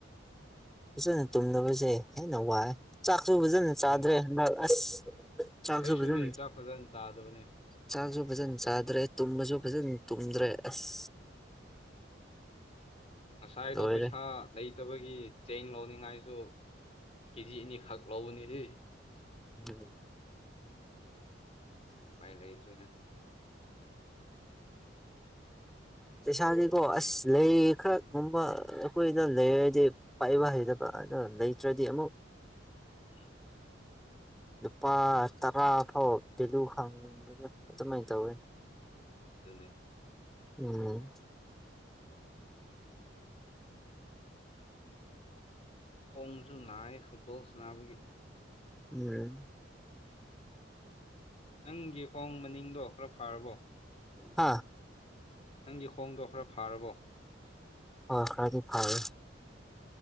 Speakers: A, in the centre; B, on the left (about 35°).
A: ꯐꯖꯅ ꯇꯨꯝꯗꯕꯁꯦ ꯍꯦꯟꯅ ꯋꯥꯏ ꯆꯥꯛꯁꯨ ꯐꯖꯅ
B: ꯑꯗꯨꯅꯦ
A: ꯆꯥꯗ꯭ꯔꯦ ꯍꯟꯗꯛ ꯑꯁ ꯆꯥꯛꯁꯨꯕꯖꯥ
B: ꯑꯁ ꯑꯩꯁꯨꯅꯦ ꯆꯥꯛ ꯐꯖꯅ ꯆꯥꯗꯕꯅꯦ
A: ꯆꯥꯛꯁꯨ ꯐꯖꯅ ꯆꯥꯗ꯭ꯔꯦ ꯇꯨꯝꯕꯁꯨ ꯐꯖꯅ ꯇꯨꯝꯗ꯭ꯔꯦ ꯑꯁ
B: ꯉꯁꯥꯏꯗꯣ
A: ꯂꯣꯏꯔꯦ
B: ꯄꯩꯁꯥ ꯂꯩ ꯐꯠꯇꯕꯒꯤ ꯆꯦꯡ ꯂꯧꯅꯤꯡꯉꯥꯏꯁꯨ ꯀꯦꯖꯤ ꯑꯅꯤꯈꯛ ꯂꯧꯕꯅꯤ ꯁꯤ
A: ꯎꯝ
B: ꯄꯥꯏ ꯂꯩꯇ꯭ꯔꯦꯅ
A: ꯄꯩꯁꯥꯗꯤꯀꯣ ꯑꯁ ꯂꯩ ꯈꯔꯒꯨꯝꯕ ꯑꯩꯈꯣꯏꯗ ꯂꯩꯔꯗꯤ ꯄꯥꯏꯕ ꯍꯩꯗꯕ ꯑꯗꯣ ꯂꯩꯇ꯭ꯔꯗꯤ ꯑꯃꯨꯛ
B: ꯎꯝ
A: ꯂꯨꯄꯥ ꯇꯔꯥ ꯐꯥꯎ ꯚꯦꯂꯨ ꯍꯥꯡꯕꯗ ꯑꯗꯨꯃꯥꯏꯅ ꯇꯧꯋꯤ
B: ꯑꯗꯨꯗꯅꯤ
A: ꯎꯝ
B: ꯈꯣꯡꯁꯨ ꯅꯥꯏ ꯐꯨꯠꯕꯣꯜꯁꯤ ꯅꯥꯕꯒꯤ
A: ꯎꯝ
B: ꯅꯪꯒꯤ ꯍꯣꯡ ꯃꯅꯤꯡꯗꯣ ꯈꯔ ꯐꯥꯔꯕꯣ
A: ꯍꯥꯥ
B: ꯅꯪꯒꯤ ꯈꯣꯡꯗꯣ ꯈꯔ ꯐꯥꯔꯕꯣ
A: ꯍ ꯈꯔꯗꯤ ꯐꯔꯦ